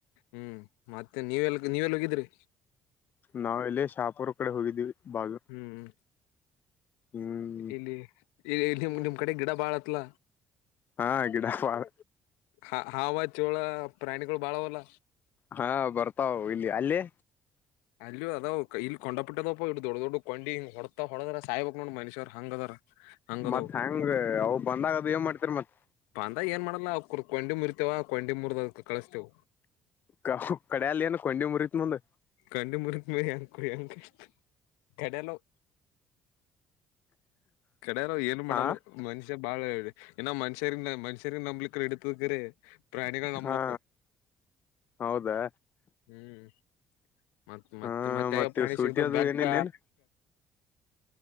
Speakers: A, on the left; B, on the left.
A: ಹ್ಮ್ ಮತ್ತೆ ನೀವೆಲ್ ನೀವೆಲ್ ಹೋಗಿದ್ರಿ.
B: ನಾವ ಇಲ್ಲಿ ಶಾಪುರ. ಕಡೆ ಹೋಗಿದ್ದೀವಿ. ಬಾಗ
A: ಹ್ಮ್.
B: ಹ್ಮ್
A: ಇಲ್ಲಿ. ಈ ನಿಮ್ ನಿಮ್ ಕಡೆ ಗಿಡ ಬಾಳತ್ಲ.
B: ಹಾ ಗಿಡವರ.
A: ಹಾ ಹಾವ ಚೋಳ ಪ್ರಾಣಿಗುಳ್ ಬಾಳಾವಲ್ಲ.
B: ಹಾ ಬರ್ತಾವ್ ಇಲ್ಲಿ ಅಲ್ಲಿ.
A: ಅಲ್ಲಿಯು ಅದಾವ್ ಕ ಇಲ್ ಕೊಂಡಪಟಿದವ್ ಇ ದೊಡ್ಡ ದೊಡ್ಡ ಕೊಂಡಿ ಹೊಡ್ತಾ ಹೊಡದ್ರೆ ಸಾಯ್ ಬೇಕ್ ನೋಡ್ ಮನುಷ್ಯರ್. ಹಂಗದಾರ ಹಂಗದವ್
B: ಮತ್ತ್ ಹೆಂಗೆ ಅವ್ ಬಂದಾಗದು ಏನ್ ಮಾಡ್ತಿರಿ ಮತ್
A: ಅದ ಏನ್ ಮಾಡಲ್ಲ ಅವ್ಕುರ್ ಕೊಂಡಿ ಮುರಿತವ ಕೊಂಡಿ ಮುರ್ದ ಕಳಿಸ್ತಿವ.
B: ಕೌ ಕಡ್ಯಲ್ ಏನ್ ಕೊಂಡಿ ಮುರಿತ್ ನಂದೆ.
A: ಕಂಡಿ ಮುರಿತ್ನ್ಯ. ಕುರಿಂಕೆ. ಕಡ್ಯಲ್ವ್. ಕಡೆಯಾರ ಏನು ಮಾಡಲ್
B: ಹಾ
A: ಅವ್ ಮನುಷ್ಯ ಬಾಳ ಏ ಮನ್ಷರಿಂದ ಮನ್ಷರಿನ್ ನಂಬ್ಲಿಕ್ ರೆಡಿ ಪುಗರೆ ಪ್ರಾಣಿಗಳ್ ನಂಬಕ್ಕು
B: ಹಾ ಹೌದಾ
A: ಹ್ಮ್. ಮತ್ ಮತ್ತ್
B: ಹಾ
A: ಮತ್ತೆ
B: ಮತ್
A: ಯಾವ್ಯಾವ ಪ್ರಾಣಿ
B: ಇವ್ ಸೂಟಿ
A: ಸಿಗ್ತ
B: ಅದು
A: ಬೆಕ್ಕ.
B: ಏನಿಲ್ಲ ಏನ್